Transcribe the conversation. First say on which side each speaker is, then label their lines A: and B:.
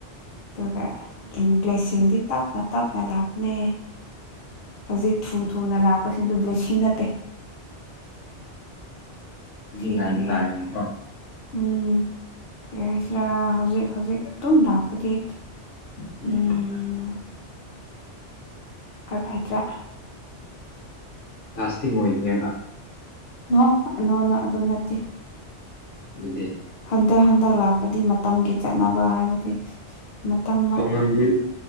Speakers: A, on the left; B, on the left.
A: ꯑꯗꯨꯒ ꯑꯗꯨ ꯕ꯭ꯂꯦꯁꯤꯡꯗꯤ ꯇꯞꯅ ꯇꯞꯅ ꯂꯥꯛꯄꯅꯦ ꯍꯧꯖꯤꯛ ꯊꯨ ꯊꯨꯅ ꯂꯥꯛꯄꯁꯤꯡꯗꯨ ꯕ꯭ꯂꯤꯁꯤꯡ ꯅꯠꯇꯦ
B: ꯑꯣꯦꯉꯥꯏ
A: ꯁꯤ ꯀꯔꯤ
B: ꯇꯥꯔꯅꯤ
A: ꯍꯥꯏꯁꯦ ꯎꯝ ꯀꯔꯤ ꯍꯥꯏꯁꯤꯔꯥ ꯍꯧꯖꯤꯛ ꯍꯧꯖꯤꯛ ꯑꯗꯨꯝ ꯂꯥꯛꯄꯗꯤ
B: <unintelligible>
A: ꯎꯝ ꯀꯥꯏꯚꯥꯏꯇ꯭ꯔꯥ
B: ꯂꯥꯁꯇꯤꯡ ꯑꯣꯏꯗ꯭ꯔꯦꯕ
A: ꯅ ꯅꯣꯅ ꯑꯗꯨ ꯅꯠꯇꯦ
B: ꯑꯗꯨꯗꯤ
A: ꯍꯟꯗꯛ ꯍꯟꯗꯛ ꯂꯥꯛꯄꯗꯤ ꯃꯇꯝꯒꯤ ꯆꯠꯅꯕ ꯍꯥꯏꯕꯗꯤ ꯃꯇꯝ
B: ꯇꯣꯉꯝꯕꯤ